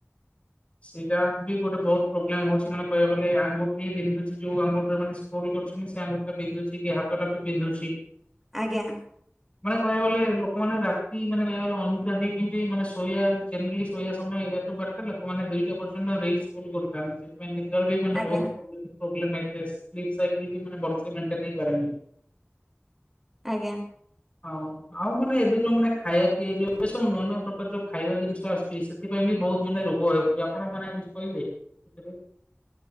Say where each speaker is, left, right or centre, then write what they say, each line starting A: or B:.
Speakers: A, on the left (about 30°); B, in the centre.
A: ସେଇଟା ବି ଗୋଟେ ବହୁତ ପ୍ରୋବ୍ଲେମ ହଉଚି ମାନେ କହିଆକୁ ଗଲେ ଆଙ୍ଗୁଠି ବିନ୍ଧୁଛି ଯୋଉ ଆଙ୍ଗୁଠିରେ ମାନେ ସ୍କ୍ରୋଲ କର ଚନ୍ତି ସେ ଆଙ୍ଗୁଠିଟା ପନ୍ଧୁଛି କି ହାତଟା ବି ବିନ୍ଧୁଛି।
B: ଆଜ୍ଞା।
A: ମାନେ କହିଆକୁ ଗଲେ ଲୋକମାନେ ରା ତି ମାନେ ବେଳେବେଳେ ଅନିଦ୍ରା ହେଇକି ବି ମାନେ ଶୋଇଆ ଜେନରାଲି ଶୋଇଆ ସମୟ ଏଗାରଠଟାରୁ ବାରଟା, ଲୋକମାନେ ଦୁଇଟା ପର୍ଯ ନ୍ତ ରିଲ ସ୍କ୍ରୋଲ କରୁଥାନ୍ତି, ସେଥିପାଇଁ ନିଜର ବି ମାନେ
B: ଆଜ୍ଞା
A: ବହୁତ ପ୍ରୋବଲେମ ପ୍ରୋବଲେମ ହେଇଥାଏ, <unintelligible> ସାଇକେଲ ବି ମାନେ ବଡିର ମେଣ୍ଟେନ ହେଇ ପାରେନି।
B: ଆଜ୍ଞା।
A: ଆଉ ଆଉ ମାନେ ଏବେ ଯୋଉ ମାନେ ଖାଇଆ ପିଇଆ ଯୋଉଁ ଏବେ ସବୁ ନୂଆ ନୂଆ ପ୍ରକାର ଯୋଉ ଖାଇବା ଜିନିଷ ଆସୁଛି, ସେଥିପାଇଁ ବି ବହୁତ ମାନେ ରୋଗ ବାହାରୁଛି, ଆପଣ ମାନେ କିଛ କହିବେ <unintelligible>